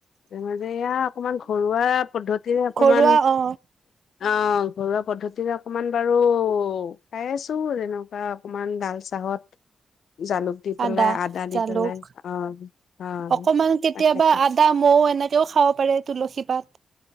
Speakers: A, on the left; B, on the right.
A: এ <inaudible> এয়া অকমান ঘৰুৱা পদ্ধতিৰে অকমান
B: ঘৰুৱা অ
A: অ ঘৰুৱা পদ্ধতিৰে অকনমান বাৰু খাই আছো তেনেকুৱা অকনমান ডাল চাহত জালুক দি পেলাই,
B: আদা
A: দি
B: জালুক
A: পেলাই অ' অ'
B: অকমান কেতিয়াবা
A: তাকেটো
B: আদা মৌ এনেকেও খাব পাৰে তুলসী পাত